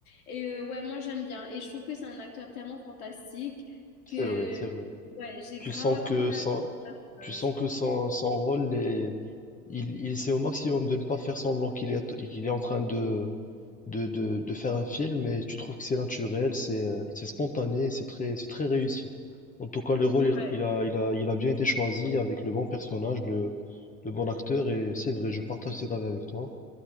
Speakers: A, on the left; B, on the left.
A: Et euh, ouais, moi j'aime bien et je trouve que c'est un acteur tellement fantastique que
B: C'est vrai, c'est vrai.
A: ouais, j'ai
B: Tu
A: grave
B: sens
A: accroché
B: que son,
A: à ce personnage.
B: tu sens que son, son rôle est, il, il essaie au maximum de ne pas faire semblant qu'il est, qu'il est en train de, de, de, de faire un film et tu trouves que c'est naturel, c'est euh, c'est spontané, et c'est très, c'est très réussi. En tout cas, le rôle,
A: Ouais,
B: il, il a, il a, il a bien été choisi avec le bon personnage, le, le bon acteur et c'est vrai, je partage cet avis avec toi.